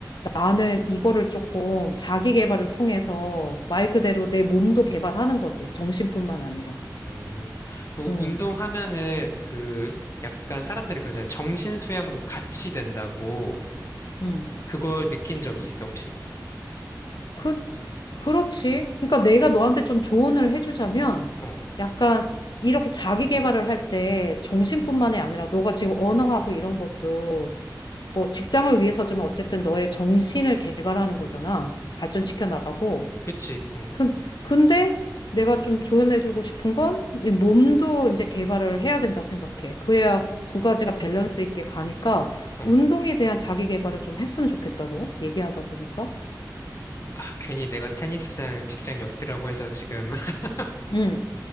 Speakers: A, on the left; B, on the left.
A: 나는 이거를 조금 자기 개발을 통해서 말 그대로 내 몸도 개발하는 거지. 정신뿐만 아니라.
B: 음, 그
A: 응.
B: 운동하면은 그 약간 사람들이 그러잖아요. 정신 수양도 같이 된다고
A: 응.
B: 그걸 느낀 적이 있어, 혹시?
A: 그, 그렇지. 그러니까 내가 너한테 좀 조언을 해주자면
B: 어,
A: 약간 이렇게 자기 개발을 할 때 정신뿐만이 아니라 너가 지금 언어하고 이런 것도 뭐 직장을 위해서지만 어쨌든 너의 정신을 개발하는 거잖아. 발전시켜 나가고.
B: 그치, 어,
A: 근, 근데 내가 좀 조언해주고 싶은 건이 몸도 이제 개발을 해야 된다 생각해. 그래야 두 가지가 밸런스 있게 가니까
B: 어.
A: 운동에 대한 자기 개발을 좀 했으면 좋겠다, 너. 얘기하다 보니까.
B: 아, 괜히 내가 테니스장 직장 옆이라고 해서 지금 <laughs>
A: 응,